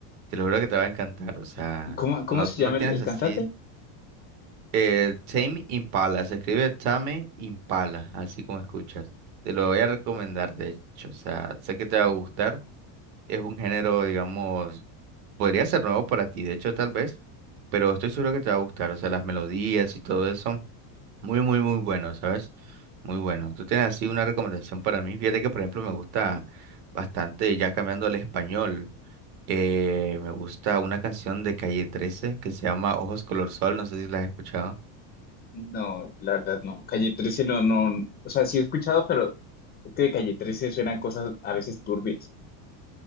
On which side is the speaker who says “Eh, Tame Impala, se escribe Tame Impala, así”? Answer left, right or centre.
Right